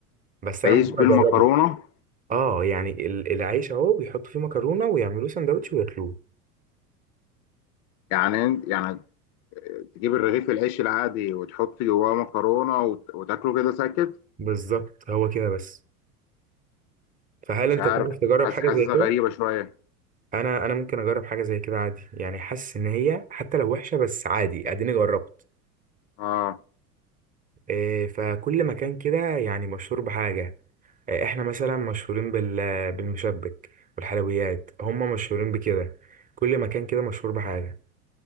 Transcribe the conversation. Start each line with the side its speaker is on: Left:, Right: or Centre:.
Right: بس انا
Left: عيش
Right: ممكن
Left: بالمكرونة
Right: اجربه اه يعني ال- العيش اهو بيحطوا فيه مكرونه ويعملوه سندوتش وياكلوه
Left: يعني انت- يعني تجيب الرغيف العيش العادي وتحط جواه مكرونة وت- وتاكله كده ساكت
Right: بالظبط هو كده بس فهل
Left: مش
Right: انت
Left: عارف
Right: تعرف تجرب
Left: حاسس
Right: حاجه
Left: حاسسها
Right: زي كده
Left: غريبة شوية
Right: انا انا ممكن اجرب حاجه زي كده عادي يعني حاسس ان هي حتى لو وحشه بس عادي اديني جربت
Left: اه
Right: إيه فكل مكان كده يعني مشهور بحاجه إيه احنا مثلا مشهورين بال بالمشبك والحلويات هم مشهورين بكده كل مكان كده مشهور بحاجه